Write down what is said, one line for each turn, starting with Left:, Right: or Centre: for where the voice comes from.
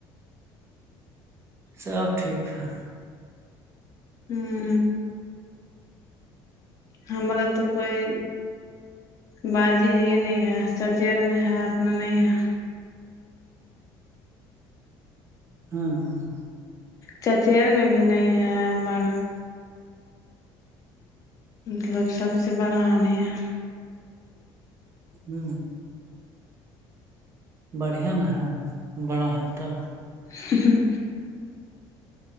Right: سب ٹھیک تھا
Left: ہوں ہمر تو کوئی بازی ہے یہ نہیں ہے سچیر میں ہے اپنا نہیں ہے
Right: ہاں
Left: چچیر میں بھی نہیں ہے بڑھ <unintelligible> مطلب سب سے بڑا ہم یہاں
Right: ہ بڑھیا نہا ہے بڑا ہے تو
Left: ہ <inaudible>